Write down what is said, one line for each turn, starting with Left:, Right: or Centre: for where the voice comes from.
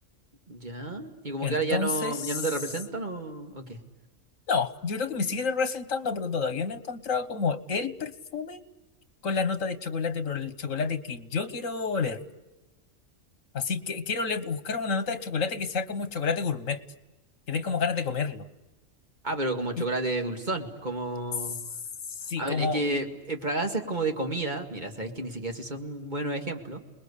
Right: ¿Ya? ¿Y como
Left: Entonces.
Right: que ahora ya no, ya no te representan o, o qué?
Left: No, yo creo que me sigue representando, pero todavía no he encontrado como el perfume con la nota de chocolate, pero el chocolate que yo quiero oler. Así que quiero oler- buscar una nota de chocolate que sea como chocolate gourmet, que dé como ganas de comerlo.
Right: Ah, pero como chocolate
Left: Y
Right: dulzón, como...
Left: sí,
Right: A
Left: como,
Right: ver, es que eh, fragancias como de comida, mira, sabéis que ni siquiera si son buenos ejemplos,